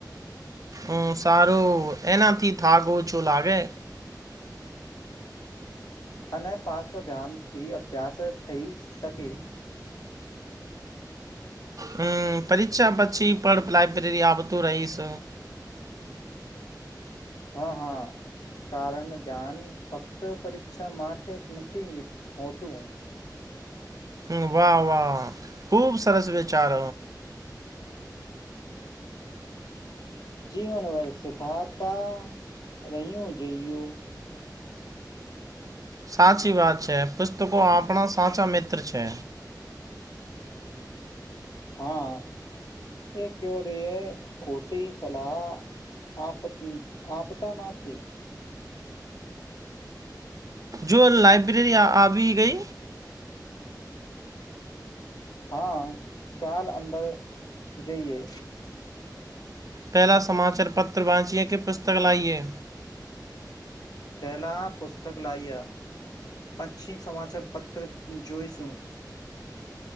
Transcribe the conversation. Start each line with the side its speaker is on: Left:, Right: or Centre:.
Right: હમ, સારું, એનાથી થાક ઓછું લાગે.
Left: અને પાછો ધ્યાન થી અભ્યાસ થઈ શકે.
Right: હમ, પરીક્ષા પછી પણ લાયબ્રેરી આવતું રહીશ.
Left: હા, હા. કારણ જ્ઞાન ફક્ત પરીક્ષા માટે નથી હોતું.
Right: હમ વાહ! વાહ! ખુબ સરસ વિચાર.
Left: જીવન વર સીખાતા રહય્યું જઈઓ.
Right: સાચી વાત છે. પુસ્તકો આપણા સાચા મિત્ર છે.
Left: હા એ ક રહી હૈ કોટી સલાહ. આપ આપતા નાથી.
Right: જો લાઇબ્રેરી આવી આવી ગઈ?
Left: હા ચાલ અંદર જઈએ.
Right: પહેલા સમાચાર પત્ર વાંચીએ કે પુસ્તક લાઈએ?
Left: પહેલા પુસ્તક લાવ્યા. પછી સમાચાર પત્ર જોઈશું.